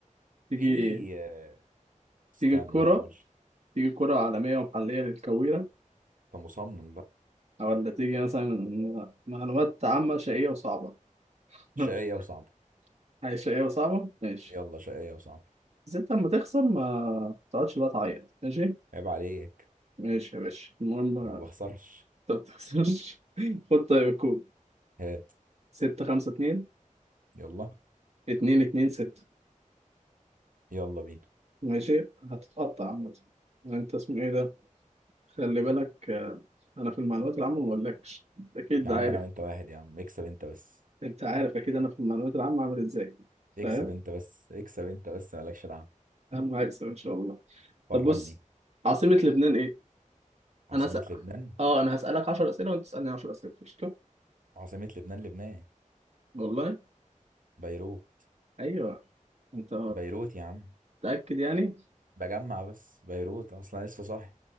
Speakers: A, on the right; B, on the right.
A: تيجي
B: في آه، استنى
A: تيجي الكورة
B: هقول
A: تيجي الكورة عالمية ومحلية للكويرة
B: انت مصمم بقى
A: أو ولا تيجي مثلا معلومات عامة شقية وصعبة <laughs>
B: شقيه وصعبه
A: حاجة شقية وصعبة ماشي
B: يلا شقيه وصعبه
A: بس أنت لما تخسر ما تقعدش بقى تعيط ماشي
B: عيب عليك
A: ماشي يا باشا المهم ما
B: انا ما بخسرش
A: تخسرش <laughs> خد طيب الكود
B: هات
A: ستة خمسة اتنين
B: يلا
A: اتنين اتنين ستة
B: يلا بينا
A: ماشي هتتقطع عامة انت اسمه ايه ده خلي بالك آه، انا في المعلومات العامة ما بقولكش اكيد
B: يا
A: ده
B: عم
A: عارف
B: انا وانت واحد يا عم اكسب انت بس
A: انت عارف اكيد انا في المعلومات العامة عامل ازاي
B: اكسب
A: فاهم
B: انت بس اكسب انت بس مالكش دعوه
A: اهم هكسب ان شاء الله
B: فرجني
A: طب بص عاصمة لبنان ايه
B: عاصمه
A: انا هسأل
B: لبنان
A: اه انا هسألك 10 اسئلة وانت تسألني 10 اسئلة قشطة
B: عاصمه لبنان لبنان
A: والله
B: بيروت
A: ايوه انت
B: بيروت يا عم
A: متأكد يعني
B: بجمع بس بيروت اصلا لسه صاحي